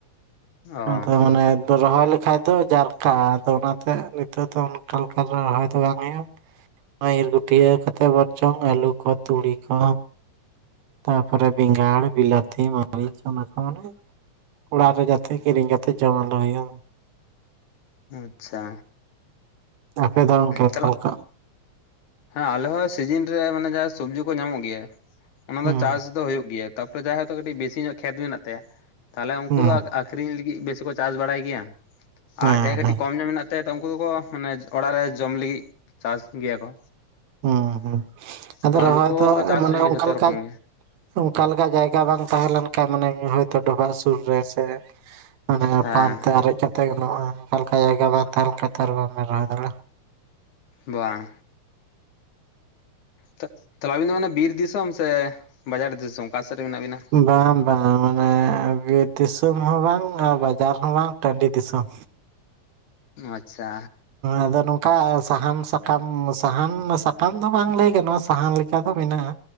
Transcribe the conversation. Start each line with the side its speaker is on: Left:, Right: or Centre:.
Left: ᱚ
Right: ᱟᱫᱚ ᱢᱟᱱᱮ ᱨᱚᱦᱚᱭ ᱞᱮᱠᱷᱟᱡ ᱟᱫᱚ ᱡᱟᱨᱠᱟᱜᱼᱟ ᱟᱫᱚ ᱚᱱᱟᱛᱮ ᱱᱤᱛᱳᱜ ᱫᱚ ᱚᱱᱠᱟ ᱞᱮᱠᱟ ᱨᱚᱦᱚᱭ ᱫᱚ ᱵᱟᱝ ᱦᱩᱭᱩᱜᱼᱟ ᱤᱨ ᱜᱩᱴᱭᱟᱹᱣ ᱠᱟᱛᱮ ᱵᱚᱨᱪᱚᱝ ᱟᱹᱞᱩ ᱠᱚ ᱛᱩᱲᱤ ᱠᱚ ᱛᱟᱯᱚᱨᱮ ᱵᱮᱸᱜᱟᱲ ᱵᱤᱞᱟᱹᱛᱤ ᱢᱟᱹᱨᱤᱪ ᱚᱱᱟ ᱠᱚ ᱢᱟᱱᱮ ᱚᱲᱟᱜ ᱨᱮ ᱡᱟᱛᱮ ᱠᱤᱨᱤᱧ ᱠᱟᱛᱮ ᱡᱚᱢ ᱟᱞᱚ ᱦᱩᱭᱩᱜ
Left: ᱟᱪᱪᱷᱟ
Right: ᱟᱯᱮ ᱫᱚ ᱜᱚᱢᱠᱮ ᱚᱠᱟ
Left: ᱛᱟᱦᱚᱞᱮ
Right: ᱞᱮᱠᱟ
Left: ᱦᱮᱸ ᱟᱞᱮ ᱦᱚᱸ ᱥᱤᱡᱤᱱ ᱨᱮ ᱢᱟᱱᱮ ᱡᱟᱦᱟᱸ ᱥᱚᱵᱽᱡᱤ ᱠᱚ ᱧᱟᱢᱚᱜ ᱜᱮᱭᱟ ᱚᱱᱟ
Right: ᱦᱩᱸ
Left: ᱫᱚ ᱪᱟᱥ ᱫᱚ ᱦᱩᱭᱩᱜ ᱜᱮᱭᱟ ᱛᱟᱯᱚᱨᱮ ᱡᱟᱸᱦᱭ ᱦᱳᱭᱛᱳ ᱠᱟᱹᱴᱤᱡ ᱵᱮᱥᱤ ᱧᱚᱜ ᱠᱷᱮᱛ ᱢᱮᱱᱟᱜ ᱛᱟᱭᱟ ᱛᱟᱦᱚᱞᱮ ᱩᱱᱠᱩ
Right: ᱦᱩᱸ
Left: ᱫᱚ ᱟᱠᱷᱨᱤᱧ ᱞᱟᱹᱜᱤᱫ ᱵᱮᱥᱤ ᱠᱚ ᱪᱟᱥ ᱵᱟᱲᱟᱭ ᱜᱮᱭᱟ
Right: ᱦᱮᱸ
Left: ᱟᱨ ᱡᱟᱦᱟᱸᱭ ᱠᱟᱹᱴᱤᱡ
Right: ᱦᱮᱸ
Left: ᱠᱚᱢ ᱧᱚᱜ ᱢᱮᱱᱟᱜ ᱛᱟᱭᱟ ᱩᱱᱠᱩ ᱫᱚᱠᱚ ᱢᱟᱱᱮ ᱚᱲᱟᱜ ᱨᱮ ᱡᱚᱢ ᱞᱟᱹᱜᱤᱫ ᱪᱟᱥ ᱜᱮᱭᱟ ᱠᱚ
Right: ᱦᱮᱸ ᱦᱮᱸ ᱟᱫᱚ
Left: ᱛᱚ
Right: ᱨᱚᱦᱚᱭ
Left: ᱟᱹᱞᱩ ᱠᱚᱦᱚᱸ
Right: ᱫᱚ
Left: ᱪᱟᱥ
Right: ᱢᱟᱱᱮ
Left: ᱦᱩᱭᱩᱜ ᱜᱮᱭᱟ
Right: ᱚᱱᱠᱟ
Left: ᱡᱷᱚᱛᱚ
Right: ᱞᱮᱠᱟ
Left: ᱨᱚᱠᱚᱢ ᱜᱮ
Right: ᱚᱱᱠᱟᱞᱮᱠᱟ ᱡᱟᱭᱜᱟ ᱵᱟᱝ ᱛᱟᱦᱮᱸ ᱞᱮᱱᱠᱷᱟᱱ ᱢᱟᱱᱮ ᱦᱚᱭᱛᱳ ᱰᱚᱵᱷᱟᱜ ᱥᱩᱨ ᱨᱮ ᱥᱮ ᱟᱱᱮ ᱧᱟᱢᱯᱟᱢ
Left: ᱦᱮᱸ
Right: ᱛᱮ ᱟᱨᱮᱡ ᱠᱟᱛᱮ ᱜᱟᱱᱚᱜᱼᱟ ᱚᱱᱠᱟ ᱞᱮᱠᱟ ᱡᱟᱭᱜᱟ ᱵᱟᱝ ᱛᱟᱦᱮᱸ ᱞᱮᱱ ᱠᱷᱟᱱ ᱟᱨ ᱵᱟᱢ ᱨᱚᱦᱚᱭ ᱫᱟᱲᱮᱭᱟᱜᱼᱟ
Left: ᱵᱟᱝ ᱛᱚ ᱛᱟᱦᱞᱮ ᱟᱵᱤᱱ ᱫᱚ ᱢᱟᱱᱮ ᱵᱤᱨ ᱫᱤᱥᱚᱢ ᱥᱮ ᱵᱟᱡᱟᱨ ᱫᱤᱥᱚᱢ ᱚᱠᱟ ᱥᱮᱫ ᱨᱮ ᱢᱮᱱᱟᱜ ᱵᱤᱱᱟ
Right: ᱵᱟᱝ ᱵᱟᱝ ᱢᱟᱱᱮ ᱵᱤᱨ ᱫᱤᱥᱚᱢ ᱦᱚᱸ ᱵᱟᱝ ᱵᱟᱡᱟᱨ ᱦᱚᱸ ᱵᱟᱝ ᱴᱟᱺᱰᱤ ᱫᱤᱥᱚᱢ
Left: ᱟᱪᱪᱷᱟ
Right: ᱟᱫᱚ ᱱᱚᱝᱠᱟ ᱥᱟᱦᱟᱱ ᱥᱟᱠᱟᱢ ᱥᱟᱦᱟᱱ ᱥᱟᱠᱟᱢ ᱫᱚ ᱵᱟᱝ ᱞᱟᱹᱭ ᱜᱟᱱᱚᱜᱼᱟ ᱥᱟᱦᱟᱱ ᱞᱮᱠᱟ ᱫᱚ ᱢᱮᱱᱟᱜᱼᱟ